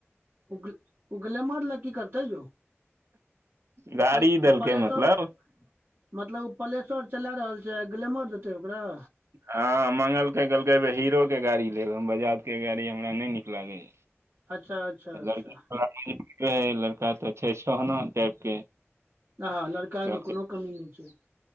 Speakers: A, on the right; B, on the right.
A: उगल्-उ गलैमर लऽ की करतै यौ?
B: गाड़ी
A: पल-पलेश्वर
B: देलकै मतलब
A: मतलब ओ प्लेस्वर चला रहल छै, आ ग्लेमर देतै ओकरा?
B: हँ मंगलकै, कहलकै अई बेेर हीरो के गाड़ी लेब, हम बजाज के गाड़ी हमरा नैय नीक लागैया।
A: अच्छा अच्छा अच्छा
B: लड़की <unintelligible> लड़का तऽ छै सोहना टाइप के,
A: हँ
B: कहलकैे
A: लड़कामे कोनो कमी नैय छै,